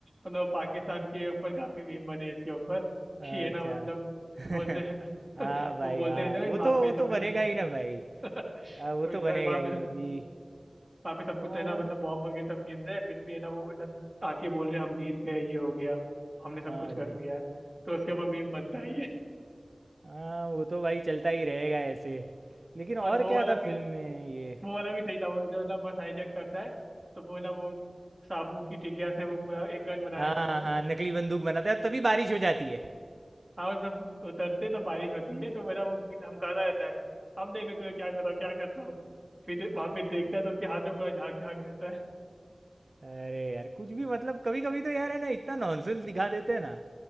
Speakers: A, on the right; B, on the right.
A: मतलब पाकिस्तान के ऊपर काफी मीम बने हैं इसके ऊपर
B: हाँ
A: कि है ना
B: अच्छा
A: मतलब
B: <laughs>
A: बोलते हैं ना
B: हाँ
A: <laughs>
B: भाई
A: वो बोलते
B: हाँ
A: रहते हैं
B: वो
A: ना
B: तो
A: वहाँ पे
B: वो तो
A: सब
B: बनेगा
A: है ना
B: ही ना भाई
A: <laughs>
B: हाँ, वो
A: वहाँ
B: तो बनेगा
A: पे
B: ही अभी
A: वहाँ पे सब कुछ
B: और
A: तो है ना मतलब बॉम्ब वगैरह सब गिर रहे हैं फिर भी है ना वो है ना आके बोल रहे हैं, हम जीत गए ये हो गया हमने सब
B: हाँ
A: कुछ कर
B: भाई
A: दिया है। तो उसके ऊपर मीम बनता है ये <laughs>
B: हाँ वो तो भाई चलता ही रहेगा ऐसे लेकिन और
A: और वो
B: क्या
A: वाला
B: था
A: भी
B: फिल्म में ये
A: वो वाला भी सही था वो जो ना बस हाईजैक करता है तो वो ना वो साबू की टिकिया से वो पूरा एक गन बना
B: हाँ
A: रहता है वो
B: हाँ नकली बंदूक बनाता है तभी बारिश हो जाती है
A: हाँ मतलब उतरते तो बारिश होती है तो मेरा वो धमकाता रहता है अब देखो तुम्हें क्या करता हूँ क्या करता हूँ फिर वहां पे देखता है तो उसके हाथ में पूरा झाग झाग रहता है
B: अरे यार कुछ भी मतलब कभी कभी तो यार है ना इतना नॉनसेंस दिखा देते हैं ना